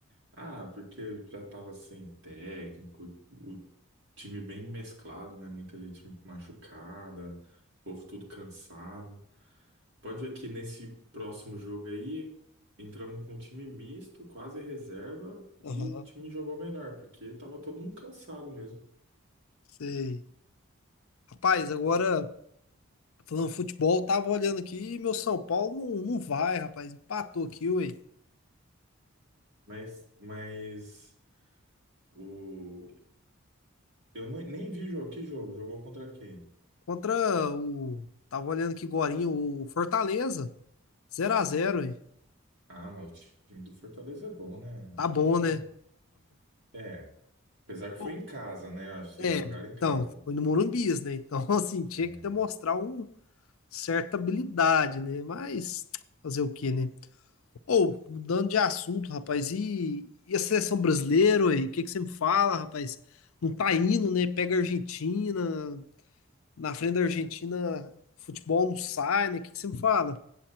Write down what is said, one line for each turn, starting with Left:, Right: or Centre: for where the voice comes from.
Right: Ah, porque já estava sem técnico, o time bem mesclado, né? Muita gente machucada, o povo tudo cansado. Pode ver que nesse próximo jogo aí, entramos com um time misto, quase reserva,
Left: aham,
Right: e o time jogou melhor, porque estava todo mundo cansado mesmo.
Left: sei. Rapaz, agora. Falando futebol, tava olhando aqui e meu São Paulo não, não vai, rapaz. Empatou aqui, ué.
Right: Mas, mas o... eu não- nem vi jogo. Que jogo? Jogou contra quem?
Left: Contra o. Tava olhando aqui agorinha, o Fortaleza. zero a zero ué.
Right: Ah, mas o time do Fortaleza é bom, né? Acho
Left: Tá bom,
Right: que não.
Left: né?
Right: É, Apesar que foi
Left: <laughs>
Right: em casa, né? Acho que
Left: É,
Right: vocês jogaram em casa.
Left: então, foi no Morumbis, né? Então, <laughs> assim, tinha
Right: É,
Left: que demonstrar uma certa habilidade, né? Mas fazer o quê, né? Ou, mudando de assunto, rapaz, e, e a seleção brasileira, ué? O que que você me fala, rapaz? Não tá indo, né? Pega a Argentina, Na frente da Argentina, futebol não sai, né? O que que você me fala?